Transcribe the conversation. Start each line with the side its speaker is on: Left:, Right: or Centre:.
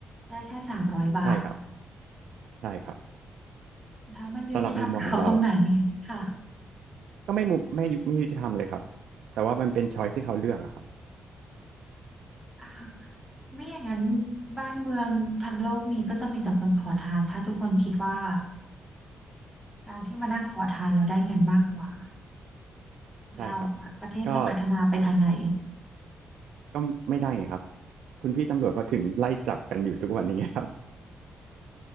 Centre: ได้แค่สามร้อยบาท
Right: ใช่ครับ ใช่ครับ
Centre: แล้วมันยุติธรรมกับเขาตรงไหน
Right: สำหรับมุมมองของเราอ่ะ
Centre: ค่ะ
Right: ก็ไม่มุมไม่ยุไม่ยุติธรรมเลยครับแต่ว่ามันเป็นช้อยที่เขาเลือกอะครับ
Centre: อ่ะ <laughs> ไม่อย่างนั้นบ้านเมืองทั้งโลกนี้ก็จะมีแต่คนขอทานถ้าทุกคนคิดว่าการที่มานั่งขอทานแล้วได้เงินมากกว่า
Right: ใช่ครับ
Centre: แล้วประเทศจะพัฒนาไปทางไหน
Right: ก็ก็ไม่ได้ไงครับคุณพี่ตำรวจเขาถึงไล่จับกันอยู่ทุกวันนี้ครับ <laughs>